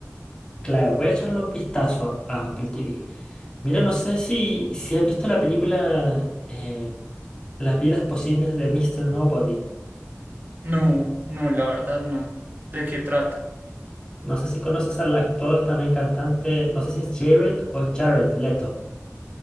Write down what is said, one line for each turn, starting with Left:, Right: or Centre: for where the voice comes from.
Left: claro, voy a echarle un vistazo a Apple TV. Mira, no sé si, si has visto la película eh, Las vidas posibles de Mr. Nobody.
Right: No, no, la verdad no. ¿De qué trata?
Left: No sé si conoces al actor, también cantante, no sé si es Jared o Jared Leto.